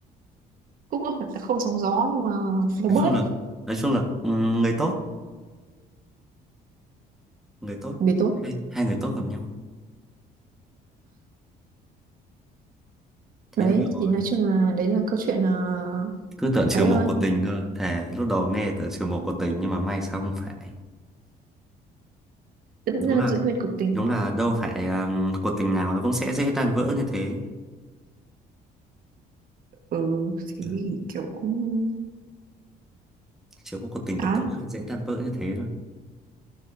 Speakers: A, on the right; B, in the centre.
A: cũng không không sóng gió nhưng mà nó
B: nói
A: bớt
B: chung là nói chung là ừ, người tốt người tốt
A: vì tốt
B: hai, hai người tốt gặp nhau thế
A: đấy
B: là được
A: thì nói
B: rồi
A: chung là đấy là câu chuyện uh,
B: cứ tưởng trừ
A: ấy
B: một
A: thôi
B: của tình cơ thề lúc đầu nghe tưởng trừ một của tình nhưng mà may sao không phải
A: vẫn
B: đúng
A: là
B: là
A: giữ nguyên cục tình
B: đúng là đâu phải um, cuộc tình nào nó cũng sẽ dễ tan vỡ như thế
A: ừ thế thì
B: đấy.
A: kiểu cũng
B: chỉ có cuộc tình của
A: đó
B: tớ là dễ tan vỡ như thế thôi